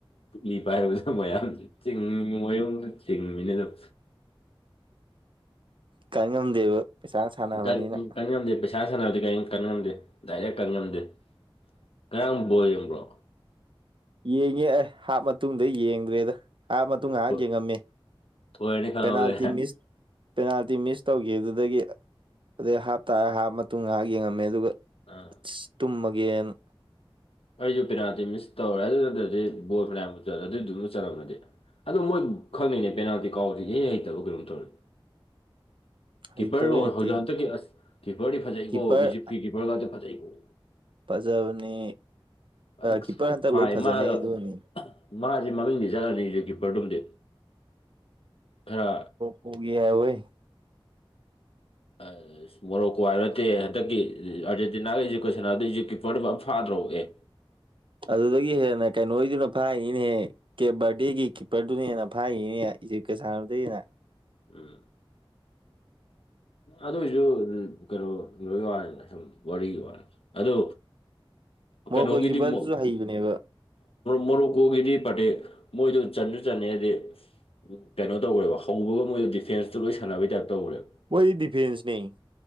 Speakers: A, on the left; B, on the right.
A: ꯄꯨꯛꯂꯤꯕ ꯍꯥꯏꯕꯁꯨ ꯃꯌꯥꯝ ꯆꯤꯡ ꯃꯣꯌꯜꯗ ꯆꯤꯡꯃꯤꯅꯦꯗꯨꯝ
B: ꯀꯥꯏ ꯉꯝꯗꯦꯕ ꯄꯩꯁꯥ ꯁꯥꯟꯅꯕꯅꯤꯅ
A: ꯒꯟ ꯀꯟꯉꯝꯗꯦ ꯄꯩ ꯏꯁꯥ ꯁꯥꯟꯅꯕꯗꯤ ꯀꯔꯤꯝ ꯀꯟ ꯉꯝꯗꯦ ꯗꯥꯏꯔꯦꯛ ꯀꯟ ꯉꯝꯗꯦ ꯉꯔꯥꯡ ꯕꯣꯜ ꯌꯦꯡꯕ꯭ꯔꯣ
B: ꯌꯦꯡꯉꯦ ꯑꯦ ꯍꯥꯞ ꯃꯇꯨꯡꯗ ꯌꯦꯡꯗ꯭ꯔꯦꯗ ꯍꯥ ꯃꯇꯨꯡ ꯉꯥꯏꯍꯥꯛ
A: ꯊꯣ-
B: ꯌꯦꯡꯉꯝꯃꯤ
A: ꯊꯣꯏꯔꯅꯤ ꯈꯪꯉꯕꯅꯦ
B: ꯄꯦꯅꯥꯜꯇꯤ ꯃꯤꯁ ꯄꯦꯅꯥꯜꯇꯤ ꯃꯤꯁ ꯇꯧꯈꯤꯕꯗꯨꯗꯒꯤ ꯑꯗꯩ ꯍꯥꯞꯇꯥꯔꯦ ꯍꯥꯞ ꯃꯇꯨꯡ ꯉꯥꯏꯍꯥꯛ ꯌꯦꯡꯉꯝꯃꯦ ꯑꯗꯨꯒ
A: ꯑꯥ
B: ꯇꯨꯝꯃꯒꯦ
A: ꯑꯩꯁꯨ ꯄꯦꯅꯥꯜꯇꯤ ꯃꯤꯁ ꯇꯧꯔꯦ ꯑꯗꯨ ꯅꯠꯇ꯭ꯔꯗꯤ ꯕꯣꯜ ꯃꯌꯥꯝ ꯆꯠꯂꯦ ꯑꯗꯨꯏꯗꯨꯝ ꯆꯠꯂꯝꯃꯗꯤ ꯑꯗꯣ ꯃꯣꯏ ꯈꯪꯅꯤꯡꯅꯦ ꯄꯦꯅꯥꯜꯇꯤ ꯀꯥꯎꯗ ꯍꯩ ꯍꯩꯇꯕ ꯀꯩꯅꯣꯝ ꯇꯧꯔꯤ
B: ꯍꯩꯇꯕꯩ
A: ꯀꯤꯞꯄꯔꯣꯏ
B: ꯅꯠꯇꯦ
A: ꯍꯧꯖꯤꯛ ꯍꯟꯗꯛꯀꯤ ꯑꯁ ꯀꯤꯞꯄꯔꯗꯤ ꯐꯖꯩꯀꯣ
B: ꯀꯤꯞꯄꯔ
A: ꯏꯖꯤꯞꯀꯤ ꯀꯤꯞꯄꯔ ꯉꯥꯛꯇ ꯐꯖꯩꯀꯣ
B: ꯐꯖꯕꯅꯦ
A: ꯑꯁ
B: ꯀꯤꯞꯄꯔ
A: ꯐꯖꯅ
B: ꯍꯟꯇ
A: ꯐꯥꯏ
B: ꯂꯣꯏ ꯐꯖꯅꯩ
A: ꯃꯥꯗꯣ
B: ꯑꯗꯨꯅꯤ
A: ꯃꯥꯁꯦ ꯃꯃꯤꯡꯗꯤ ꯆꯠꯂꯅꯤ ꯌꯖꯤꯛꯀꯤꯞꯄꯔꯗꯨꯝꯗꯤ ꯈꯔ
B: <unintelligible>
A: <unintelligible> ꯃꯣꯔꯣꯀꯣ ꯍꯥꯏꯔ ꯅꯠꯇꯦ ꯍꯟꯗꯛꯀꯤ ꯑꯥꯔꯖꯦꯟꯇꯤꯅꯥꯒ ꯏꯖꯨꯀꯦꯁꯅꯥꯗ ꯏꯖꯨꯀꯤꯞꯄꯔꯗꯨ ꯑꯃ ꯐꯥꯗ꯭ꯔꯣ ꯑꯦ
B: ꯑꯗꯨꯗꯒꯤ ꯍꯦꯟꯅ ꯀꯩꯅꯣ ꯑꯣꯏꯗꯨꯅꯣ ꯐꯥꯏꯅꯤꯅꯍꯦ ꯀꯦꯕꯥꯔꯗꯤꯒꯤ ꯀꯤꯞꯄꯔꯗꯨꯅꯦꯅ ꯐꯥꯉꯤꯅꯦ ꯏꯆꯤꯞꯀ ꯁꯥꯟꯅꯔꯗꯒꯤ ꯍꯦꯅ
A: ꯎꯝ ꯑꯗꯨ ꯑꯣꯏꯁꯨ ꯀꯩꯅꯣ ꯂꯣꯏꯒꯤ ꯋꯥꯅꯤ ꯁꯨꯝ ꯋꯥꯔꯤꯒꯤ ꯋꯥꯅꯤ ꯑꯗꯨ ꯑꯣ
B: ꯃꯣꯔꯣꯀꯣꯏ
A: ꯀꯩꯅꯣ ꯒꯤꯗꯤ‌ꯃꯣꯛ
B: ꯀꯤꯞꯄꯔꯗꯨꯁꯨ ꯍꯩꯕꯅꯦꯕ
A: ꯃꯣꯔꯣꯛꯀꯣꯒꯤꯗꯤ ꯐꯠꯇꯦ ꯃꯣꯏꯗꯨ ꯆꯟꯁꯨ ꯆꯟꯅꯅꯤ ꯍꯥꯏꯗꯤ ꯀꯩꯅꯣ ꯇꯧꯔꯦꯕ ꯍꯧꯕꯒ ꯃꯣꯏꯗꯣ ꯗꯤꯐꯦꯟꯁꯇꯨ ꯂꯣꯏ ꯁꯥꯟꯅꯕꯩ ꯇꯥꯏꯞ ꯇꯧꯔꯦꯕ
B: ꯃꯣꯏꯗꯤꯐꯦꯟꯁ ꯅꯦ